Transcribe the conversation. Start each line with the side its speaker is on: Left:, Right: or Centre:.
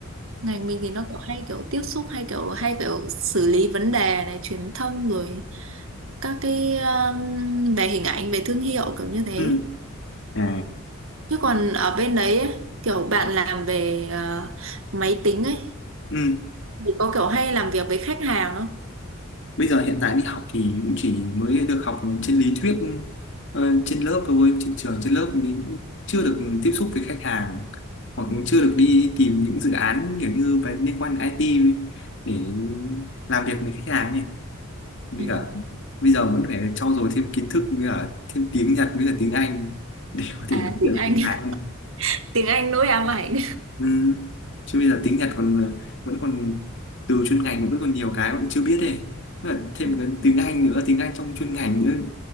Right: ngành mình thì nó kiểu hay kiểu tiếp xúc hay kiểu hay kiểu xử lý vấn đề này truyền thông rồi các cái um, về hình ảnh về thương hiệu kiểu như thế
Left: ừ. À,
Right: Chứ còn ở bên đấy ấy, kiểu bạn làm về ờ, máy tính ấy
Left: Ừ.
Right: thì có kiểu hay làm việc với khách hàng không?
Left: Bây giờ hiện tại đi học thì cũng chỉ mới được học trên lý thuyết ờ, trên lớp thôi trên trường trên lớp mình cũng chưa được tiếp xúc với khách hàng hoặc
Right: Ừ.
Left: chưa được đi tìm những dự án kiểu như về liên quan đến IT để làm việc với khách hàng này với
Right: Ừ.
Left: cả bây giờ vẫn phải trau dồi thêm kiến thức với cả thêm tiếng Nhật với cả tiếng Anh để có thể
Right: À
Left: nói
Right: tiếng
Left: chuyện với
Right: Anh.
Left: khách
Right: <laughs>
Left: hàng này
Right: Tiếng Anh nỗi ám ảnh.
Left: ừ. chứ bây giờ tiếng Nhật còn vẫn còn từ chuyên ngành cũng vẫn còn nhiều cái vẫn chưa biết này Với cả thêm
Right: Ừ. <laughs>
Left: cái tiếng Anh nữa tiếng Anh trong chuyên ngành nữa